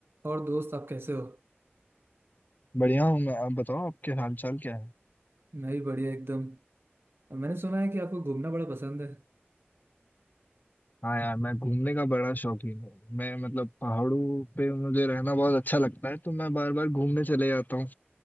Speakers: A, on the right; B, on the left.
A: और दोस्त आप कैसे हो
B: बढ़िया हूँ मैं आप बताओ आपके हाल चाल क्या है
A: मैं भी बढ़िया एकदम मैंने सुना है कि आपको घूमना बड़ा पसंद है
B: हाँ यार मैं घूमने का बड़ा शौकीन हूँ मैं मतलब पहाड़ों पे मुझे रहना बहुत अच्छा लगता है तो मैं बार बार घूमने चले जाता हूँ